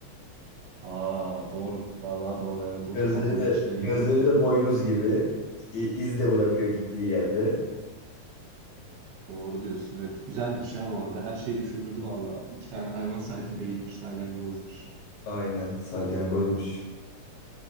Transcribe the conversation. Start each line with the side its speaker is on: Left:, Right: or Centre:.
Right: Aa doğru. Vallahi doğru. Evet o
Left: Gözleri
Right: da kabuğun
Left: de
Right: içine
Left: gözleri
Right: giriyor ve
Left: de boynuz gibi İ- iz de bırakıyor gittiği yerde.
Right: doğru diyorsun. Evet güzelmiş ya bu arada. Her şeyi düşündürdü vallahi. İki tane hayvan saydım değilmiş salyangozmuş.
Left: Aynen salyangozmuş.